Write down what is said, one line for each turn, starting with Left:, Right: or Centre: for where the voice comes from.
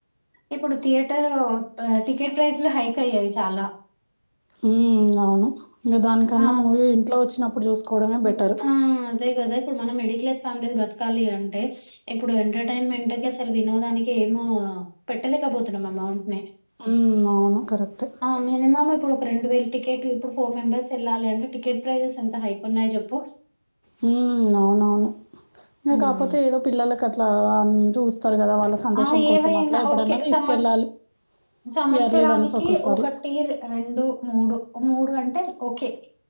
Left: ఇప్పుడు థియేటర్ టికెట్ ప్రైస్ లో హైక్ అయ్యాయి చాలా
Right: హ అవును ఇంకా దానికన్నా
Left: ఆ
Right: మూవీ ఇంట్లో వచ్చినప్పుడు చూసుకోవడమే
Left: హ్మ్.
Right: బెటర్
Left: ఆ అదే కదా ఇప్పుడు మనం మిడిల్ క్లాస్ ఫ్యామిలీస్ బతకాలి అంటే, ఇప్పుడు ఎంటర్టైన్మెంట్ కి అసలు వినోదానికి ఏమో పెట్టలేకపోతున్నాం అమౌంట్ని.
Right: హ్మ్. అవును. కరెక్టే.
Left: ఆ మినిమం ఇప్పుడు ఒక రెండు వేలు టికెట్ ఫోర్ ఫోర్ మెంబర్స్ లి అంటే టికెట్ ప్రైసెస్ ఎంత హైకు ఉన్నాయి చెప్పు
Right: ఉమ్, అవునవును ఇంకా
Left: ఉమ్
Right: కాకపోతే ఏదో పిల్లలకి అట్లా ఉమ్, చూస్తారు కదా వాళ్ళ సంతోషం
Left: ఆ
Right: కోసం
Left: ఏవైనా
Right: అట్లా ఎప్పుడన్నా
Left: ఓకే
Right: తీసుకెళ్ళాలి
Left: సంవత్ సంవత్సరానికి
Right: ఇయర్లీ వన్స్ ఒకసారి
Left: ఒకటి రెండు మూడు మూడు అంటే ఓకే